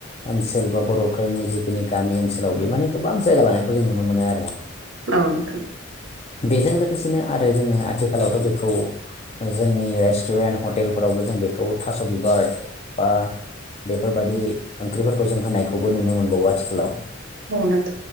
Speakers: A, on the left; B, on the right.
A: ओनसोल बा बर'फोरनि जिखिनि गामि ओन ओनसोलाव बे माने गोबां जायगा लानायखौ जों नुनो मोनो आरो
B: औ नोंथां
A: बेजों लोगोसेनो आरो जोङो आथिखालावथ' बेखौ जोंनि रेस्टुरेन्ट हटेलफोरावबो जों बेखौ थास' बिबार बा बेफोर बायदि ओंख्रिफोरखौ जों होनायखौबो नुनो मोनबावो आथिखालाव
B: औ नोंथां नोंथां